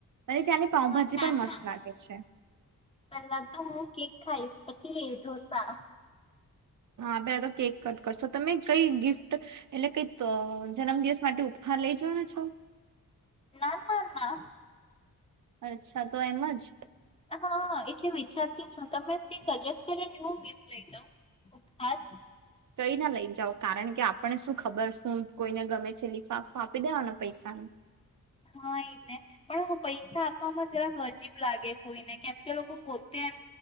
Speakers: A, on the right (about 60°); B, on the left (about 15°).
A: અને ત્યાં પાઉભાજી
B: હા, ના
A: પણ
B: ના
A: મસ્ત લાગે છે.
B: પેલા તો હું કેક ખાઈશ પછી ઢોસા.
A: હા પેલા તો કેક કટ કરશો તમે કઈ ગિફ્ટ એટલે કઈક જન્મદિવસ માટે ઉપહાર લઇ જવાના છો?
B: ના ના ના.
A: અચ્છા તો એમ જ.
B: હા એટલે વિચાર <unintelligible> તમે સજેસ્ટ કરીને હું ગિફ્ટ લઈ જાઉ ઉપહાર
A: કઈ ના લઈ જાવ કારણ કે આપણને શું ખબર શું કોઈને ગમે છે લિફાફું આપી દેવાના પૈસાન.
B: હા એ ને પણ પૈસા આપવામાં થોડાક અજીબ લાગે કોઈને કેમ કે લોકો પોતે એમ